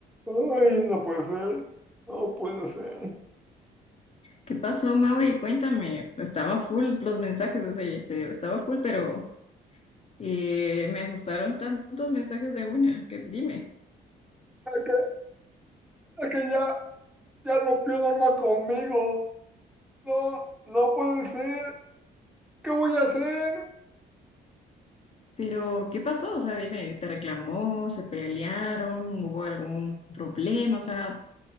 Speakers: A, in the centre; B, on the left (about 30°).
A: Ay, no puede ser, no puede ser.
B: ¿Qué pasó, Mauri? Cuéntame. Pues estaba full los mensajes, o sea, y se- estaba full, pero eh, me asustaron tantos mensajes de una, que dime.
A: Es que, es que ya, ya rompió Norma conmigo. No, no puede ser. ¿Qué voy a hacer?
B: Pero, ¿qué pasó? O sea, dime, ¿te reclamó? ¿Se pelearon? ¿Hubo algún problema? O sea,